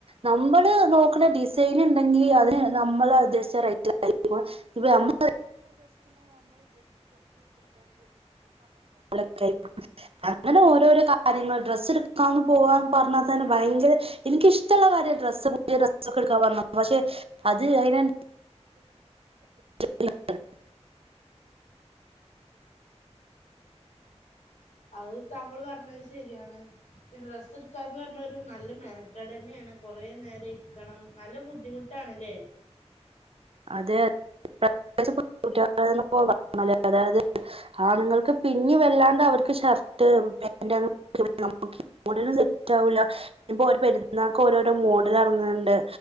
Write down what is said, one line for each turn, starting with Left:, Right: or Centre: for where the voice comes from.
Right: നമ്മള് നോക്കണ ഡിസൈൻ ഉണ്ടെങ്കി അതിന് നമ്മള് ഉദ്ദേശിച്ച റേറ്റ് <unintelligible> ഇപ്പമ്മ <unintelligible> <unintelligible> അങ്ങനെ ഓരോരോ കാര്യങ്ങൾ ഡ്രസ്സ് എടുക്കാന്ന് പോവാന്ന് പറഞ്ഞാൽ തന്നെ ഭയങ്കര എനിക്കിഷ്ടള്ള കാര്യാ ഡ്രസ്സ് പുതിയ ഡ്രസ് ഒക്കെ എടുക്കാന്ന് പറഞ്ഞാ പക്ഷെ അത് അതിനെ <unintelligible>
Left: അത് താങ്കൾ പറഞ്ഞത് ശരിയാണ്. ഈ ഡ്രസ്സ് എടുക്കാന്ന് പറഞ്ഞ ഒരു നല്ല മെനക്കെടന്നേണ്. കുറെ നേരം ഇര്ക്കണം. നല്ല ബുദ്ധിമുട്ടാണ് ല്ലേ
Right: അതെ പ്രത്യേകിച്ച് <unintelligible> അതായത് ആണുങ്ങൾക്ക് പിന്നി വല്ലാണ്ട് അവർക്ക് ഷർട്ട് പാൻറ് <unintelligible> നമക്ക് മോഡലും സെറ്റാവുല്ല. ഇപ്പോ ഓര പെരുന്നാക്ക് ഓരോരോ മോഡൽ എർങ്ണ്ട്.